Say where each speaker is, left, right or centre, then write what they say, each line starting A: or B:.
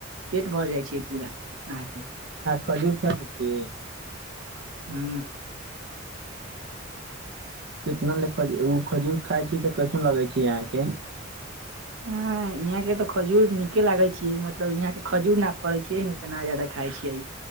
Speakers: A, on the right; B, on the right.
A: पेट भर जाय छै पूरा अहाँकेँ
B: खजूर खाद छियै
A: हू।
B: ह। कितना लज खजूर खाय छी तऽ कैसन लगे छै यहाँकेँ
A: ह यहाँकेँ तो खजूर निके लागे छी मतलब यहाँ के खजुर न फड़ै छियै ने तऽ नहि जादा खाइ छियै